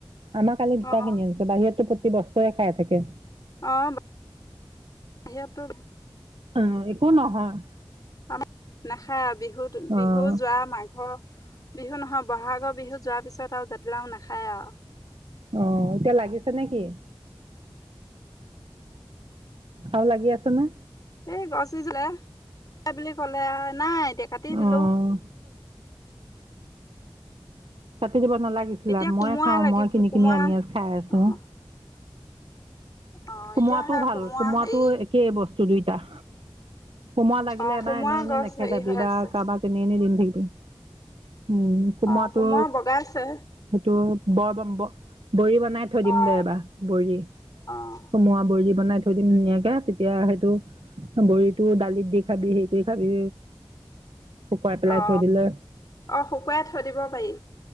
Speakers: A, on the right; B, on the left.
A: আমাৰ কালি দুটা
B: অঁ
A: কিনি আনিছে বাহিৰতো বস্তুৱে খাই থাকে।
B: অ' <unintelligible>
A: অ', একো নহয়।
B: আমাৰ নাখায় বিহুত,
A: অঁ
B: বিহু যোৱা মাঘৰ বিহু নহয়, বহাগৰ বিহু যোৱাৰ পিছত আৰু জাতিলাওঁ নাখায় আৰু।
A: অ', এতিয়া লাগিছে নেকি? আৰু লাগি আছে ন।
B: এই গছ ৰুইছিলে বুলি ক'লে আৰু নাই। এতিয়া কাটি দিলো।
A: অঁ কাটি দিব নালাগিছিলে,
B: এতিয়া
A: মই
B: কোমোৰা
A: খাওঁ
B: লাগিব
A: মই কিনি
B: কোমোৰা
A: কিনি আনি আনি খাই আছো।
B: অ'। অ',
A: কোমোৰাটোও
B: এতিয়া সে
A: ভাল,
B: কোমোৰা
A: কোমোৰাটোও
B: হেৰি
A: একেই বস্তু দুই <unintelligible> কোমোৰা লাগিলে
B: অ',
A: এবাৰ
B: কোমোৰা
A: এনে, এনে
B: গছ
A: নেখেদাবি
B: হেৰি হৈ
A: বা
B: আছে
A: কাৰোবাক এনেই এনেই দি নেথাকিবি। <inaudible> উম, কোমৰাটো
B: অ', কোমোৰা বগাইছে।
A: সেইটো <unintelligible> বৰি বনাই থৈ দিম
B: অ'।
A: দে এবাৰ বৰি।
B: অ',
A: কোমোৰা বৰি বনাই <unintelligible> তেতিয়া সেইটো বৰিটো দালিত দি খাবি হেই কৰি খাবি। শুকুৱাই পেলাই
B: অ',
A: থৈ দিলে
B: অ' শুকুৱাই থৈ দিব পাৰি।